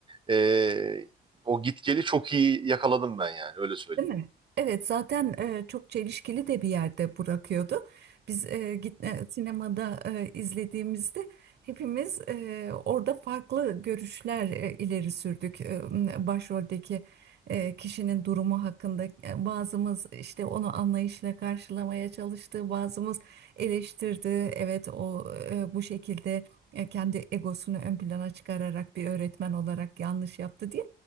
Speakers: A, on the right; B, on the right.
A: e, o gitgeli çok iyi yakaladım ben yani öyle söyleyeyim.
B: Değil mi? Evet zaten e, çok çelişkili de bir yerde bırakıyordu. Biz e, git, e, sinemada e, izlediğimizde hepimiz e, orada farklı görüşler e, ileri sürdük. E, başroldeki e, kişinin durumu hakkında e, bazımız işte onu anlayışla karşılamaya çalıştı, bazımız eleştirdi. Evet o e, bu şekilde e, kendi egosunu ön plana çıkararak bir öğretmen olarak yanlış yaptı diye.